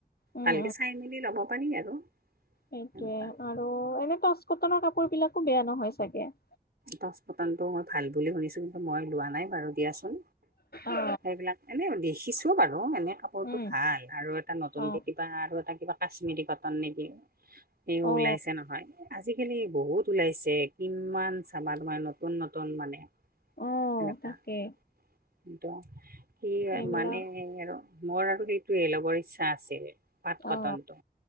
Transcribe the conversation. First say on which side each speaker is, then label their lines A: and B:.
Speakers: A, on the left; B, on the right.
A: উম
B: ভালকে চাই মেলি ল'ব পাৰি আৰু।
A: সেইটোৱে
B: এনেকুৱা
A: আৰু এনে টচ কটনৰ কাপোৰ বিলাকো বেয়া নহয় চাগে
B: টচ কটনটো মই ভাল বুলি শুনিছোঁ কিন্তু মই লোৱা নাই বাৰু দিয়াচোন
A: অ
B: সেইবিলাক। এনে দেখিছো বাৰু এনে কাপোৰটো
A: উম
B: ভাল আৰু এটা নতুন
A: অ
B: দে। আৰু এটা কিবা কাশ্মিৰী কটন নেকি সেও
A: অ
B: ওলাইছে নহয় আজিকালি বহুত। ওলাইছে কিমান চাবা তোমাৰ নতুন নতুন মানে
A: অ
B: এনেকুৱা
A: তাকে
B: সেইটো কি হয়
A: এইবিলাক
B: মানে আৰু মোৰ আৰু সেইটোয়ে ল'বৰ ইচ্ ছা আছে পাত কটন
A: অ
B: টো